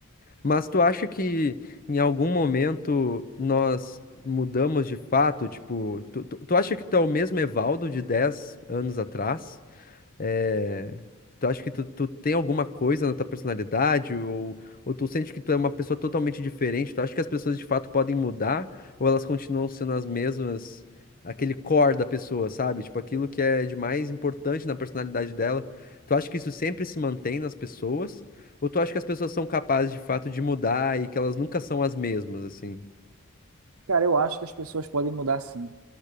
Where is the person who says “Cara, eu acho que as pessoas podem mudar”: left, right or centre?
Right